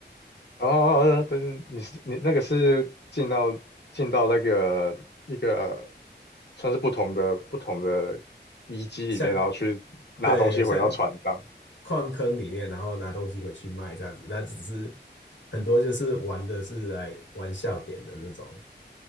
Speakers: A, on the left; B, on the left.
A: 哦，对对，你是你那个是进到进到那个一个算是不同的不同的遗迹里面，
B: 像
A: 然后去拿东西回到船上。
B: 对，像矿坑里面，然后拿东西回去卖这样子。那只是很多就是玩的是来玩笑点的那种。